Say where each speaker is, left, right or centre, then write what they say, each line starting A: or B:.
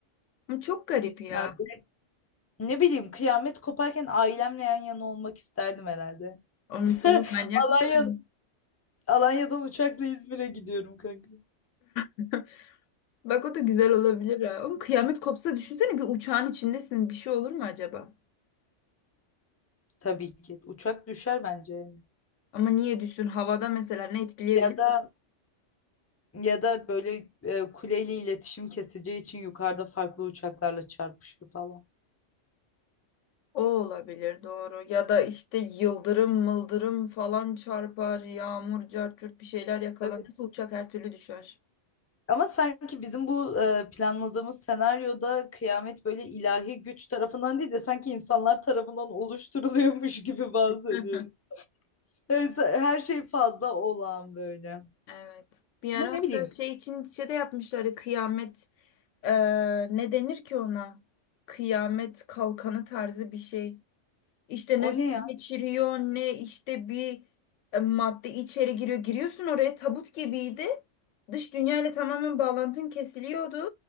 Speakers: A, on the left; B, on the left.
A: Ama Çok garip ya.
B: yani Ne bileyim kıyamet koparken ailemle yan yana olmak isterdim herhalde.
A: Onu
B: <laughs>
A: tabii manyak
B: Alanya,
A: mısın?
B: Alanya'dan uçakla İzmir'e gidiyorum kanka.
A: <laughs> Bak o da güzel olabilir ha. Oğlum kıyamet kopsa düşünsene bir uçağın içindesin. Bir şey olur mu acaba?
B: Tabii ki. Uçak düşer bence yani.
A: Ama niye düşsün? Havada mesela ne etkileyebilir?
B: Ya da ya da böyle e, kuleyle iletişim keseceği için yukarıda farklı uçaklarla çarpışır falan.
A: O olabilir doğru. Ya da işte yıldırım mıldırım falan çarpar. Yağmur cart curt bir şeyler yakalanırsa
B: Tabii.
A: uçak her türlü düşer.
B: Ama sanki bizim bu e, planladığımız senaryoda kıyamet böyle ilahi güç tarafından değil de sanki insanlar tarafından oluşturuluyormuş gibi bahsediyorum.
A: <laughs>
B: Yani sa- her şey fazla olağan böyle.
A: Evet. Bir
B: Ama
A: ara
B: ne
A: hatta
B: bileyim
A: şey için şey de yapmışlardı. Kıyamet eee, ne denir ki ona? Kıyamet kalkanı tarzı bir şey. İşte
B: o
A: ne su
B: ne ya?
A: geçiriyor ne işte bir e, madde içeri giriyor. Giriyorsun oraya tabut gibiydi. Dış dünyayla tamamen bağlantın kesiliyordu.